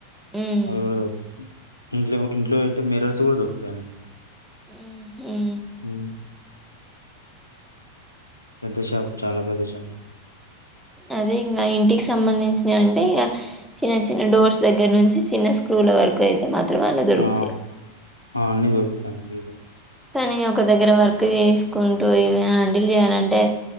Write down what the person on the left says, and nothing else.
అవి కూడా దొరుకుతాయి ఇంట్లో ఇంట్లో పెట్టే మిరర్స్ కూడా దొరుకుతాయండి
మ్మ్ ప్రదేశాల్ చాలా ప్రదేశాల్
ఆ ఆ అన్ని దొరుకుతాయండి <unintelligible>